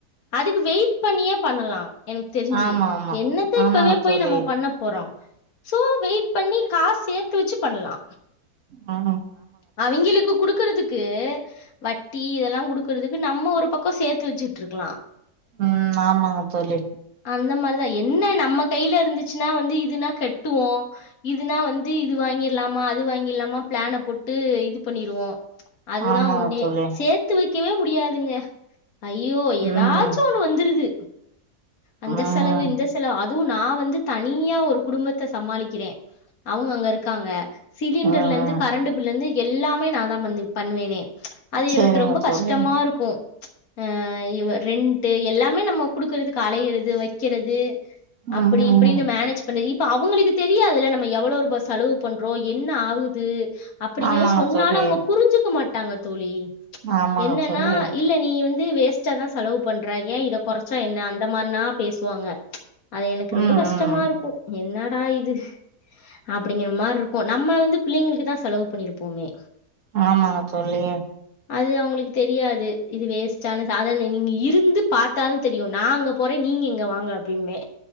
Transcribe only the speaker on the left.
அதுக்கு வெயிட் பண்ணியே பண்ணலா எனக்கு தெரிஞ்சு
என்னத்த
இப்பவே போய்
நம்ம பண்ண போறோ சோ வெயிட் பண்ணி காசு சே த்து வெச்சு பண்ணலா
அவிங்களுக்கு குடுக்கறதுக் கு வட்டி இதெல்லாங் குடுக்கறதுக்கு நம்ம ஒரு பக்கோ சேத்து வச்சுட்ருக்கலா
அந்த மாரிதா என்ன நம்ம கைல இருந்துச்சுன்னா வந்து இதுனா கட்டுவோ இதுனா வந்து இது வாங்கிறலாமா அது வாங்கிறலாமா பிளான போட் டு இது பண்ணிருவோ அதுதா
ஒன்னே
சேத்து வைக்கவே முடியாதுங்க ஐயோ எதாச்சு
ஒண்ணு வந்துருது அந்த
செலவு இந்த செலவு அ துவு நா வந்து தனியா ஒரு குடும்பத்த சமாளிக்கிறே அவங்க அங்க இருக்காங்க சிலிண்டர்ல
இருந்து கரண்டு பில்ல இருந்து எல்லாமே நான்தா பண்ணு பண்ணுவேனே அது
எனக்கு ரொம்ப
கஷ்டமா இருக்கு ஆ இவ ரெண்ட்டு எல்லாமே நம்ம குடுக்குறது க்கு அலையறது வைக்கிறது அப்படி
இப்படின்னு மேனேஜ் பண்றது இ அப்ப அவங்களுக்கு தெரியாதில்ல நம்ம எவ்வளோ ருபா செலவு பண்றோ என்ன ஆவு குது அப்படிங்கிற
சொன்னாலு
அவுங்க புரிஞ்சிக்க மாட் ட்டாங்க தோழி
என்னன்னா
இல்ல நீ வந் து வேஸ்ட்டா தான் செலவு பண்ற ஏன் இத கொறைச்சா என்ன அந் த மாரினா பேசுவாங்க அது எனக்கு ரொம்ப
கஷ்டமா
இருக்கும் என்ன டா இது அப்டிங்கிற மாரி இருக்கும் நம்ம வந்து பிள்ளைங்களுக்கு தான் செலவு பண்ணிருப்போமே
அது அவுங்களுக்கு தெரியாது இது வேஸ்ட்டான சாதன நீங்க இருந்து பாத்தாலு தெரியும் நாங்க போறே நீங்க இங்க வாங்க அப்டீம்பே